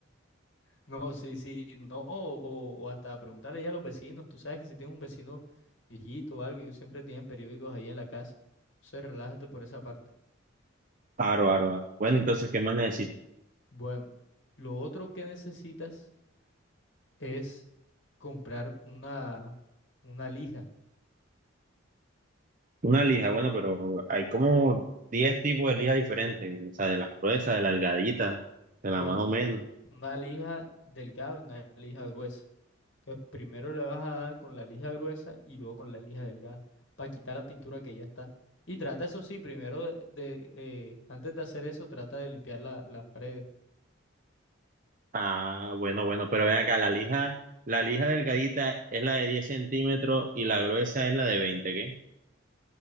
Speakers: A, on the left (about 65°); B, on the right (about 40°).
A: No, sí, sí, no, o, o hasta preguntarle ya a los vecinos. Tú sabes que si tienes un vecino viejito o algo, ellos siempre tienen periódicos ahí en la casa. Entonces, relájate por esa parte.
B: Aro, aro, aro. Bueno, entonces, ¿qué más necesito?
A: Bueno, lo otro que necesitas es comprar una, una lija.
B: Una lija, bueno, pero hay como 10 tipos de lija diferentes, o sea, de las gruesas, de la delgadita, de
A: No,
B: la más
A: un-
B: o menos.
A: una, una lija delgada y una lija gruesa. Entonces, primero le vas a dar con la lija gruesa y luego con la lija delgada para quitar la pintura que ya está. Y trata, eso sí, primero de, de, eh, antes de hacer eso, trata de limpiar la- las paredes.
B: Ah, bueno, bueno, pero ven acá, la lija, la lija delgadita es la de 10 centímetros y la gruesa es la de 20,